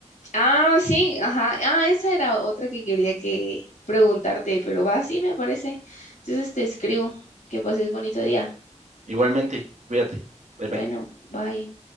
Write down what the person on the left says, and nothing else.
Ah, sí, ajá. Ah, esa era otra que quería que preguntarte, pero va, sí, me parece. Entonces te escribo. Que pases bonito día.
Bueno,
bye.